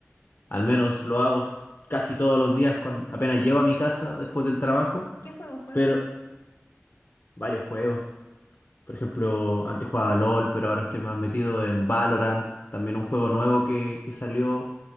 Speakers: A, on the left; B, on the left.
A: Al menos lo hago casi todos los días cuando apenas llego a mi casa después del trabajo,
B: ¿Qué juegos juegas?
A: pero varios juegos. Por ejemplo, antes jugaba LOL, pero ahora estoy más metido en Valorant, también un juego nuevo que, que salió